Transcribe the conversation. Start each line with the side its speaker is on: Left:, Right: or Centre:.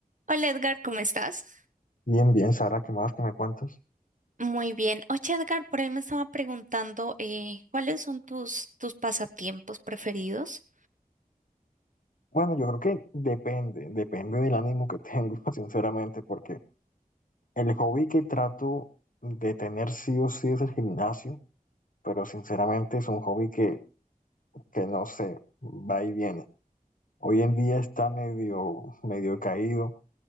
Right: Hola Edgar, ¿cómo estás?
Left: Bien, bien, Sara, ¿qué más que me cuentas?
Right: Muy bien. Oye Edgar, por ahí me estaba preguntando eh, ¿cuáles son tus, tus pasatiempos preferidos?
Left: Bueno, yo creo que depende, depende del ánimo que tengo, <laughs> sinceramente, porque el hobby que trato de tener sí o sí es el gimnasio, pero sinceramente es un hobby que, que no sé, va y viene. Hoy en día está medio, medio caído.